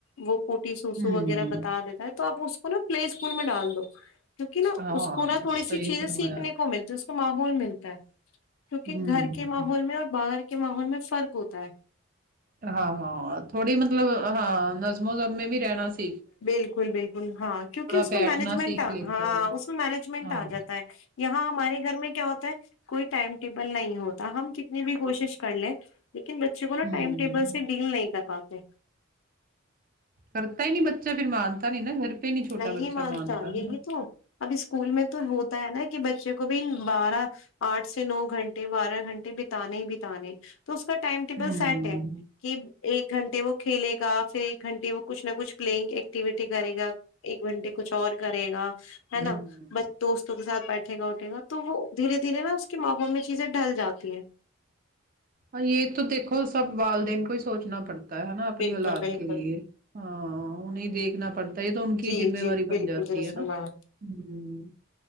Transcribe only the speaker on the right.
ہوں
ہاں
صحیح
فرمایا
ہوں
ہاں ہاں تھوڑی مطلب ہاں نظم و زمے بھی رہنا س
بیٹھنا
سیکھ لیتا
ہے وہ۔
ہاں
ہوں
کرتا ہی نہیں بچہ پھر مانتا نہیں نا گھر پہ چھوٹا
بچہ
ہے نا
ہوں
ہوں
ہ یہ تو دیکھو سب والدین کو ہی سوچنا پڑتا ہے نا اپنی
اولاد
کے لیے ہاں انہیں دیکھنا پڑ یہ تو ان کی
ذمے
واری
بن جاتی
ہے نا
ہمم